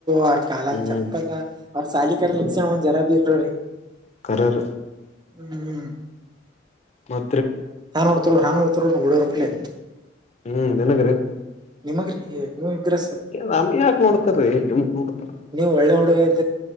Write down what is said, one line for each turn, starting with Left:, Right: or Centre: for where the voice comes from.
Right: ಅವ್ರ ಕಾಲನ್
Left: ಹ್ಮ್
Right: ಚಪ್ಪಲ್ಲ ಅವ್ರ ಸಾಲಿ ಕ ಲಕ್ಷಣ ಒಂದ್ ಜರ ಬ್ರೀ
Left: ಕಾರ
Right: ಹ್ಮ್
Left: ಮ
Right: ನಾನ್ ನೋಡ್ತಾರೋ ನಾನ್ ನೋಡ್ತಾರೋ ಹುಡರಪ್ೇ
Left: ಹ್ಮ್ ನಿನಕ್ಕ್ರೆ
Right: ನಗ್ರಿ ನೀವ್ ಇದ್ರ
Left: ನಮ್ಗೆ ಯಾಕ್ ನೋಡ್ತಾರೀ ನಿಮಗ್ ನೋಡ್ತಾರ
Right: ನೀವು ಒಳ್ಳೆ ಹುಡುಗ ಆಯ್ತ